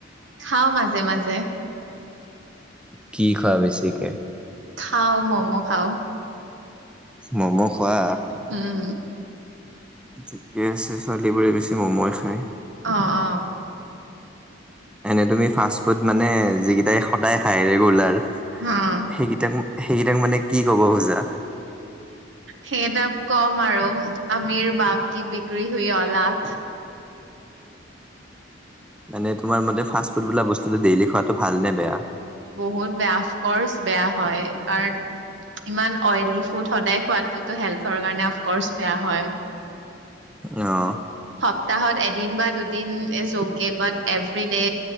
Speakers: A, on the right; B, in the centre.
A: খাওঁ মাজে মাজে।
B: কি খোৱা বেছিকে?
A: খাওঁ মম খাওঁ।
B: মম খোৱা
A: উম।
B: ঠিকে আছে ছোৱালী বোৰে বেছি ম'ময় খায়।
A: অ অ
B: এনে তুমি ফাষ্ট ফুড মানে যিকেইটাই সদায় খায় ৰেগুলাৰ
A: হুম,
B: সেইকেইটাক সেইকেইটাক মানে কি কব খুজা?
A: সেইটাক কম আৰু আমিৰ বাপ কি বিক্ৰী হুই অলাড।
B: মানে তোমাৰ মতে ফাষ্ট ফুড বোলা বস্তুটো ডেইলি খোৱাতটো ভাল নে বেয়া?
A: বহুত বেয়া অফকৰ্চ বেয়া হয়। কাৰণ, ইমান অইলী ফুড সদায় খোৱাটোতো হেলথৰ কাৰণে অফকৰ্চ বেয়া হয়।
B: অহ।
A: সপ্তাহত এদিন বা দুদিন each okay but everyday